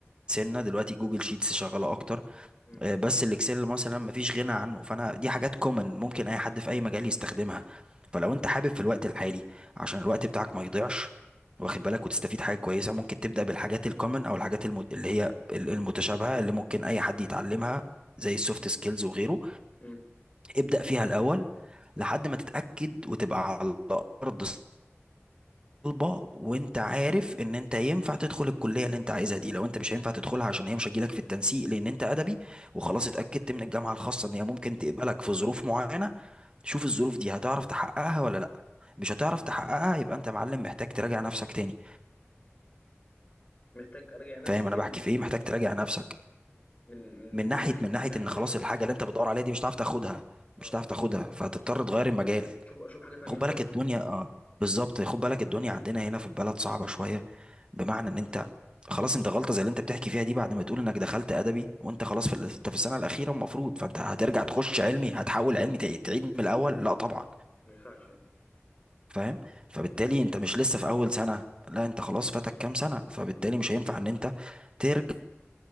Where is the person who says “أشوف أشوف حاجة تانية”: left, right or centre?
Left